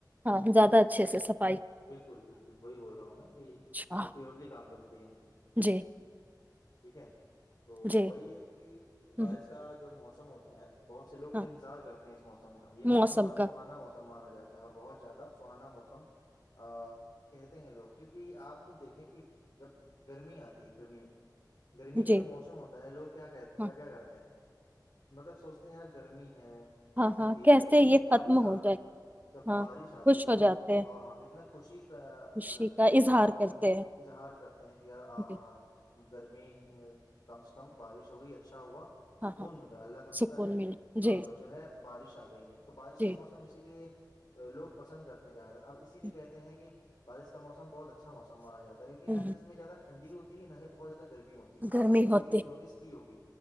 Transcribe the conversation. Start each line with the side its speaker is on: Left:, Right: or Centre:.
Right: ہاں زیادہ اچھ سے سب
Left: بالکل بالکل وہی بول رہا ہوں میں کہ
Right: اچھا
Left: وہ پیورلی کام کرتی ہے
Right: جی
Left: ٹھیک ہے تو وہی
Right: جی
Left: ہے کہ بارش
Right: ہم،
Left: کا جو موسم م ہوتا ہے بہت سے لوگ
Right: ہاں
Left: تو انتظار کرتے ہیں اس موسم کا یہ موس
Right: موسم
Left: با سہانا
Right: کا
Left: موسم مانا جاتا ہے اور بہت زیادہ سہانا موسم ا کہتے ہیں لوگ کیونکہ آپ خود دیکھیں کہ جب گرمی آتی ہے گرمی گرمی کا
Right: جی
Left: جو موسم ہوتا ہے لوگ کیا کہ
Right: ہاں
Left: کیا کرتے ہیں مطلب سوچتے ہیں یار گرمی ہے
Right: ہاں
Left: اتنی
Right: ہاں
Left: تیز
Right: کیسے
Left: گرمی ہے
Right: یہ
Left: جب بارش
Right: ختم
Left: آ
Right: ہو جائے
Left: جب
Right: ہاں
Left: بارش آتی
Right: خوش
Left: ہے تو
Right: ہو
Left: لوگ
Right: جاتے
Left: کتنا
Right: ہیں
Left: آہ خوشی کا
Right: خوشی کا اظہار
Left: اظہار
Right: کرتے ہیں
Left: کرتے ہیں کہ یار آ ہ
Right: جی
Left: ہ گرمی کم سے کم بارش ہو گئی اچھا ہوا
Right: ہاں
Left: سکون
Right: ہاں
Left: ملا اللہ کا شکر
Right: سکون
Left: ہے
Right: ملا
Left: اب
Right: جی
Left: جو ہے بارش آ گئی ہے تو بارش
Right: جی
Left: کا موسم اسی لیے لوگ پسند کرتے ہیں زیادتر اب اسی لیے
Right: ہم،
Left: کہتے ہیں کہ بارش کا موس بہت اچھا موسم مانا جاتا کہ نا
Right: ہم،
Left: اس میں زیادہ ٹنڈ ہوتی ہے ناہی بہت زیادہ گرمی ہوتی
Right: گرمی
Left: آپ نے کسی
Right: ہوتی
Left: چیز نوٹس کی ہوگی